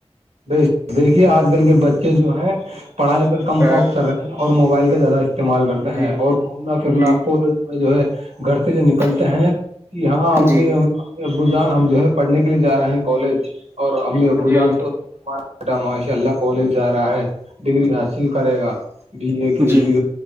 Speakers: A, on the right; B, on the right.
A: ب دیکھیے آج کل کے بچے جو ہے پڑھائی پر کم
B: ہاں
A: فوکس کر رہے ہیں اور موبائل کا زیادہ استعمال کرتا
B: جی
A: ہے اور گھومنا پھرنا
B: جی
A: قج میں جو ہے گھر سے جو نکلتے
B: جی
A: ہیں کہ یہاں امی
B: جی
A: امی ابو جان ہم جو ہے پڑھنے کے لیے جا رہے ہیں کالج اور امی ابو
B: جی
A: جان سو ار بیٹا ماشاء اللہ کالج جا رہا ہے ڈگری حاصل کرے گا بی اے کی
B: جی
A: بی